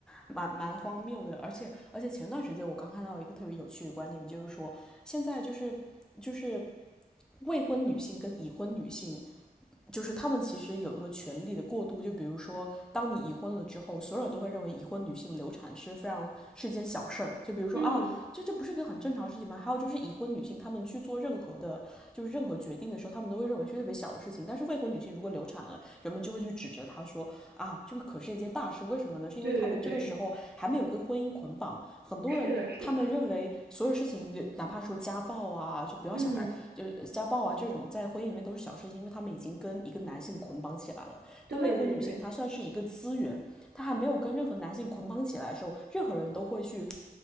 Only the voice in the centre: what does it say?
蛮蛮荒谬的，而且而且前段时间我刚看到一个特别有趣的观点，就是说现在就是就是未婚女性跟已婚女性就是他们其实有一个权力的过渡，就比如说，当你已婚了之后，所有人都会认为已婚女性流产是非常是一件小事儿。就比如说啊，
这这不是一个很正常的事情吗？还有就是已婚女性，她们去做任何的，就是任何决定的时候，她们都会认为是特别小的事情。但是未婚女性如果流产了，人们就会去指责他说啊，这个可是一件大事，为什么呢？是因为他们这个时候还没有跟婚姻捆绑，
很多人他们认为所有事情，
哪怕说家暴啊，就不要小孩，
就是家暴啊这种在婚姻里面都是小事情，因为他们已经跟一个男性捆绑起来了。
但未婚女性她算是一个资源，她还没有跟任何男性捆绑起来的时候，任何人都会去